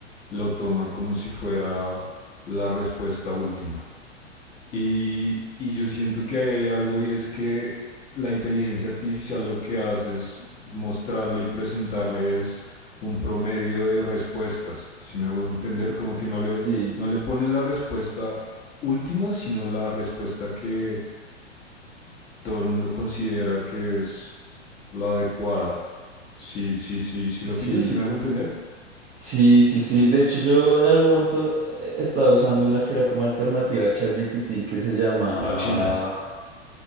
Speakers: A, on the left; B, on the right.
A: lo toma como si fuera la respuesta última. Y, y yo siento que ahí hay algo y es que la inteligencia artificial lo que hace es mostrarle y presentarle es un promedio de respuestas, si me hago entender, como que no le,
B: Y
A: no le pone la respuesta última, sino la respuesta que todo el mundo considera que es la adecuada. Sí, sí, sí, sí lo
B: sí,
A: pillas, si me hago entender.
B: sí, sí, sí. De hecho, yo en algún momento eh, estaba usando una que era como alternativa a ChatGPT que se llamaba,
A: La China.